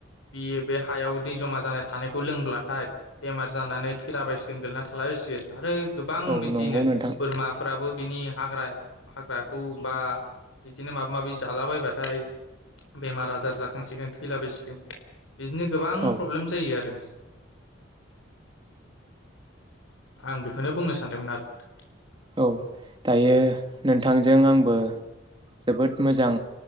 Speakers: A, on the left; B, on the right.
A: बियो बे हायाव दै जमा जानाय थानायखौ लोंब्लाथाय बेमार जानानै थैलाबायसिगोन गोगलैना थाला जासिगोन आरो गोबां
B: औ
A: बिदियैनो
B: नंगौ नोंथां
A: बोरमाफ्राबो बिनि हाग्रा हाग्राखौ बा बिदिनो माबा माबि जालाबायबाथाय बेमार आजार जाख खांसिगोन थैलाबायसिगोन बिदिनो गोबां
B: औ
A: प्रब्लेम जायो आरो आं बेखौनो बुंनो सानदोंमोन आरो नोंथां
B: औ दायो नोंथांजों आंबो जोबोद मोजां